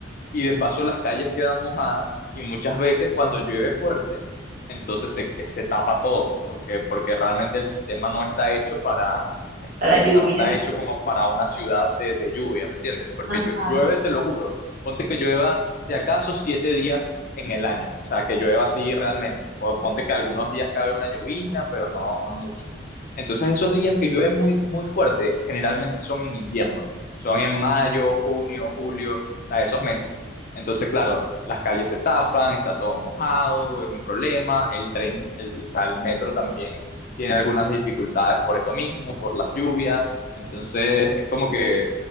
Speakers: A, on the left; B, on the right.
A: y de paso las calles quedan mojadas y muchas veces cuando llueve fuerte, entonces se, se tapa todo, porque, porque realmente el sistema no está hecho para, este,
B: para
A: o
B: lluvia.
A: sea, no está hecho como para una ciudad de, de lluvia, ¿me entiendes? Porque
B: Ajá.
A: llu- llueve, te lo juro, ponte que llueva si acaso siete días en el año, o sea, que llueva así realmente, o ponte que algunos días cabe una llovizna, pero no, no mucho. Entonces esos días que llueve muy, muy fuerte, generalmente son en invierno, son en mayo, junio, julio sea, esos meses. Entonces, claro, las calles se tapan, está todo mojado, es un problema, el tren, el, o sea, el metro también tiene algunas dificultades por eso mismo, por las lluvias, entonces es como que,